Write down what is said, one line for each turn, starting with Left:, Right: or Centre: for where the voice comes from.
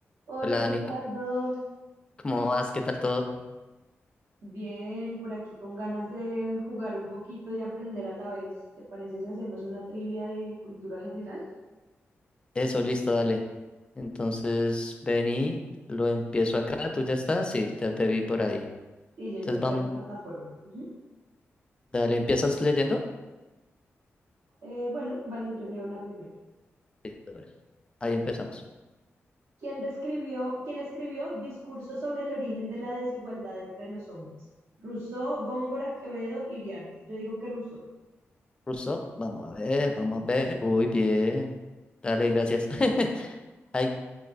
Right: Hola
Left: Hola
Right: Ricardo,
Left: Dani, c- ¿cómo vas? ¿Qué tal todo?
Right: bien, por aquí con ganas de jugar un poquito y aprender a la vez. ¿Te parece si hacemos una trivia de cultura general?
Left: Eso, listo, dale. Entonces, ven y lo empiezo acá. ¿Tú ya estás? Sí, ya te vi por ahí.
Right: Y yo
Left: Entonces,
Right: ya entré
Left: vamos,
Right: a la plataforma. Ujú.
Left: dale, ¿empiezas leyendo?
Right: Eh, bueno, vale, yo leo la primera.
Left: Sí, de una. Ahí empezamos.
Right: ¿Quién describió, quién escribió Discurso sobre el origen de la desigualdad entre los hombres? Rousseau, Góngora, Quevedo, Iriarte. Yo digo que Rousseau.
Left: Russo, vamos a ver, vamos a ver. Uy, bien. Dale,
Right: <laughs>
Left: gracias. <laughs> Hay,